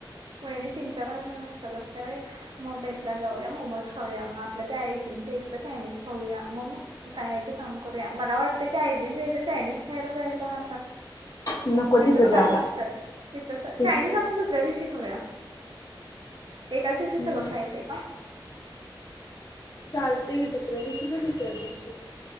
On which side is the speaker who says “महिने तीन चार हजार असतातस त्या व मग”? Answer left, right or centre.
Right